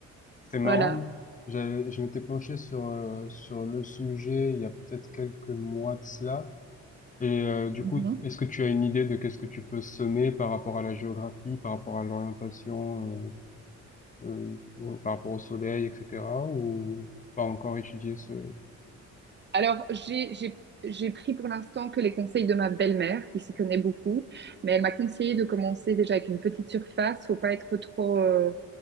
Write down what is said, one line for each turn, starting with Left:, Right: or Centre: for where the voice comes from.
Left: C'est marrant.
Right: Voilà.
Left: J'avais- je m'étais penché sur, euh, sur le sujet il y a peut-être quelques mois de cela. Et euh, du
Right: Mhm.
Left: coup, est-ce que tu as une idée de qu'est-ce que tu peux semer par rapport à la géographie, par rapport à l'orientation, euh, euh, ou par rapport au soleil, etc. ou pas encore étudié ce...
Right: Alors, j'ai, j'ai, j'ai pris pour l'instant que les conseils de ma belle-mère, qui s'y connaît beaucoup, mais elle m'a conseillé de commencer déjà avec une petite surface. Faut pas être trop, euh,